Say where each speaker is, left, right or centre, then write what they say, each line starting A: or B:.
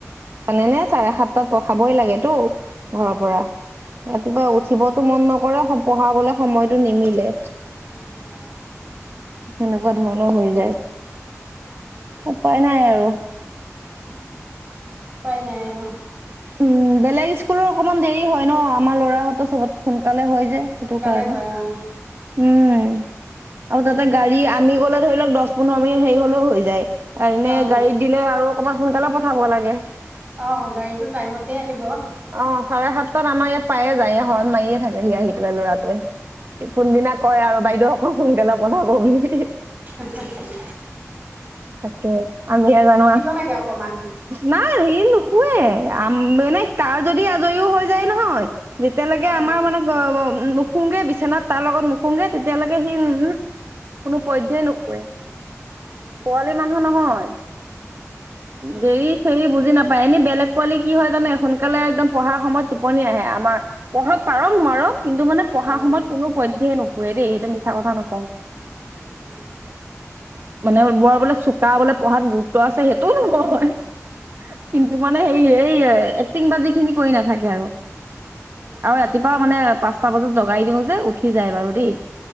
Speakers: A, on the right; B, on the right.
A: জানে নে চাৰে সাতটাত পঠাবই লাগে ো
B: অ',
A: ঘৰৰ পৰা ৰাতিপুৱা
B: অ',
A: উঠিবতো মন নকৰে পঢ়াবলে সময়তটো নিমিলে
B: নিমিলে অ
A: সেনেকুৱা ধৰণৰ হৈ যায়
B: উম,
A: উপায় নাই আৰু
B: উপাই নাই আৰু
A: উম বেলেগ স্কুলৰ অকণমান দেৰি হয় ন আমাৰ ল'ৰাহতৰ চবত সোনকালে হয় যে সেইটো
B: সোনকালে
A: কাৰণে
B: হয় অ',
A: উম আৰু তাতে গাড়ী আমি গলে ধৰি লওক দহ পোন্ধৰ মিনিট হেৰি হলেও হৈ যায় এনে
B: অ',
A: গাড়ীত দিলে আৰু অকণমান সোনকালে পঠাব লাগে
B: অ', গাড়ীটো টাইমতে আহিব।
A: অ চাৰে সাতটাত আমাৰ ইয়াত পায়ে যায় শৰণ মাৰিয়ে থাকে সি আহি পেলাই লৰাটোৱে কোনদিনা কয় আৰু বাইদেউসকল সোনকালে পথাব বুলি
B: ভাত চাত খালি
A: তাকেই আমি হে জানোৱা
B: লাগে অকমান
A: নাই শুৱে আম মানে তাৰ যদি আজৰিও হৈ যায় নহয় যেতিয়ালৈকে
B: অ',
A: আমাৰ মানে নুখুংগে বিচনাত তাৰ লগত নুখুংগে তেতিয়ালৈকে সি উহূ কোনো পধ্যেই নুশুৱে
B: উম,
A: পোৱালি মানুহ নহয়
B: উম,
A: দেৰি থেৰি বুজি নাপায় এনে বেলেগ পোৱালি কি হয় জানে সোনকালে একদম পঢ়াৰ সময়ত টোপনি আহে আমাৰ পঢ়ক পাৰক নোৱাৰক কিন্তু মানে পঢ়াৰ
B: অ',
A: সময়ত কোনো পদ্ধয় নুশুৱে নুশুৱে দেই সেইটো মিছা কথা নকওঁ
B: উম,
A: মানে বৰ বোলে চোকা বোলে পঢ়াত গুৰুত্ব আছে সেইটোও নক‌ও হয় কিন্তু মানে সেই এই চিটি‍ং বাজিখিনি কৰি নাথাকে আৰু
B: উম,
A: আৰু ৰাতিপুৱা মানে পাছ পাঁচটা বজাত জগাই দিওঁ যে উঠি যায় বাৰু দেই